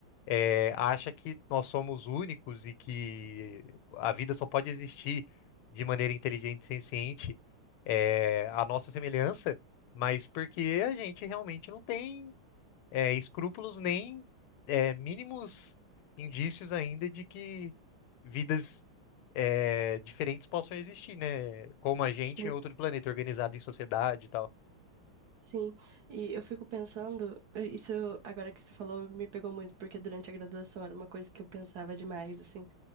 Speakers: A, on the left; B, on the right.
A: é, acha que nós somos únicos e que a vida só pode existir de maneira inteligente e senciente, é, a nossa semelhança, mas porque a gente realmente não tem, é, escrúpulos nem, é, mínimos indícios ainda de que vidas, é, diferentes possam existir, né? Como a gente
B: sim,
A: em outro planeta, organizado em sociedade e tal.
B: sim. E eu fico pensando, isso agora que você falou me pegou muito, porque durante a graduação era uma coisa que eu pensava demais, assim.